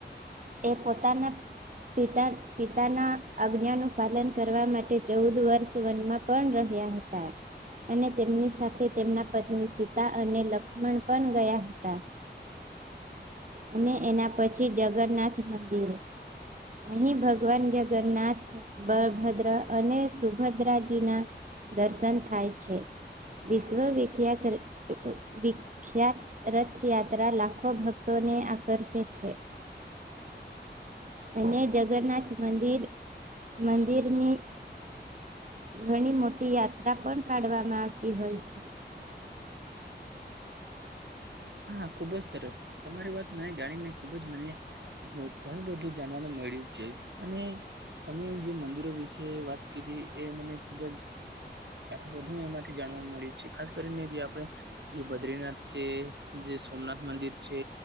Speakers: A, on the right (about 45°); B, on the right (about 70°).
A: એ પોતાના પિતા પિતાના. અજ્ઞાનું પાલન કરવા માટે ચૌદ વર્ષ વનમાં પણ રહ્યા હતા. અને તેમની સાથે તેમના પત્ની સીતા અને લક્ષ્મણ પણ ગયા હતા.
B: <inaudible>
A: અને એના પછી જગન્નાથ મંદિરે. અહીં ભગવાન જગન્નાથ, બળભદ્રા અને સુભદ્રાજીના. દર્શન થાય છે વિશ્વ વિખ્યાત વી ખ્યાત રથયાત્રા લાખો ભક્તોને આકર્ષે છે.
B: <inaudible>
A: અને જગન્નાથ મંદિર. મંદિરની ઘણી મોટી યાત્રા પણ કાઢવામાં આવતી હોય છે.
B: હા ખુબ જ સરસ તમારી વાત મને જાણીને ખુબ જ મને ઘણું બધું જાણવાનું મળ્યું છે અને તમે જે મંદિરો વિશે વાત કીધી એ મને ખુબ જ. વધુ એમાંથી જાણવા મળ્યું છે ખાસ કરીને જે આપણે જે બદ્રીનાથ છે. જે સોમનાથ મંદિર છે,